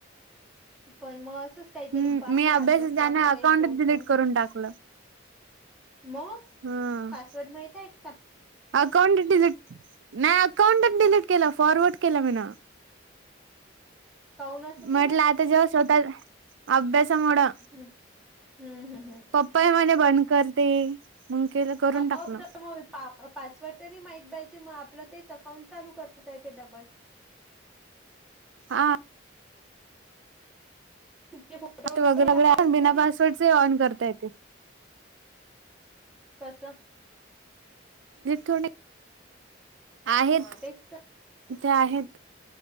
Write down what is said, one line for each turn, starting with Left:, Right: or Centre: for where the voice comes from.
Centre: पण मग असंच काहीतरी
Right: हम्म
Centre: पाहत
Right: मी अभ्यास
Centre: बसत
Right: जाण
Centre: असं
Right: अकाउंट
Centre: काही गोष्ट
Right: डिलीट
Centre: वगैरे
Right: करून टाकलं
Centre: मग
Right: हम
Centre: पासवर्ड माहित आहे का
Right: अकाउंटटी नाही अकाउंट डिलीट केला फॉरवर्ड केला मी ना
Centre: काऊन असं केलं
Right: म्हटलं आता जेव्हा स्वतः अभ्यासामुळे
Centre: हम्म हम्म हम्म हम्म
Right: पप पय म्हणे बंद करते मग केलं करून
Centre: हो
Right: टाकलं
Centre: तर मग पा- पासवर्ड तरी माहीत पाहिजे मग आपलं तेच अकाउंट चालू करत आहे ते डबल
Right: हा
Centre: तुझे फोटो वगैरे
Right: वगर
Centre: टाकले
Right: वग
Centre: होते
Right: बिना पासवर्ड ऑन करता येते
Centre: कस
Right: थोडी आहेत
Centre: ह तेच तर
Right: ते आहेत